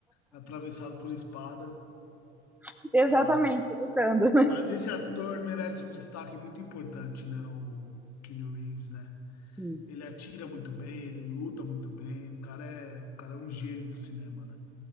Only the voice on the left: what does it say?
Atravessado por espada,
tá lá.
Mas esse ator merece um destaque muito importante, né? O Keanu Reeves, né?
Ele atira muito bem, ele luta muito bem. O cara é, o cara é um gênio do cinema, né?